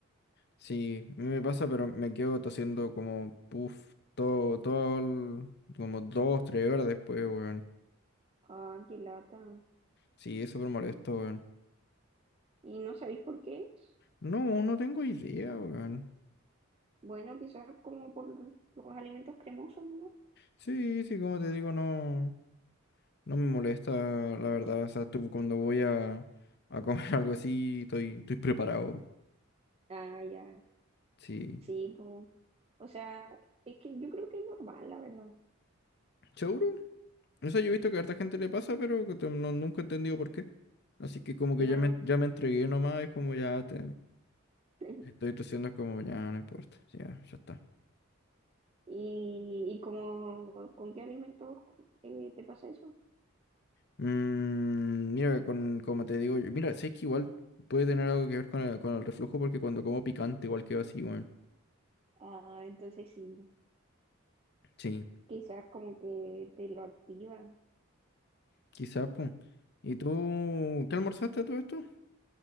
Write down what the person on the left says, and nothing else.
sí, a mí me pasa, pero me quedo tosiendo como, puff, todo, todo, el- como dos, tres horas después, weón.
Sí, es súper molesto, weón.
No, no tengo idea, weón.
Sí, sí, como te digo, no. No me molesta, la verdad. O sea, tú, cuando voy a, a comer <laughs> algo así, estoy, estoy preparado.
Sí.
¿Seguro? O sea, yo he visto que a harta gente le pasa, pero que te- no, nunca he entendido por qué. Así que como que
ya me, ya me entregué nomás, es como ya te,
estoy tosiendo, es como ya no importa. Ya, ya está.
Mm, mira, con, como te digo, yo- mira, sé que igual puede tener algo que ver con el, con el reflujo, porque cuando como picante igual quedo así, weón.
Sí,
quizás, pues. ¿Y tú qué almorzaste a todo esto?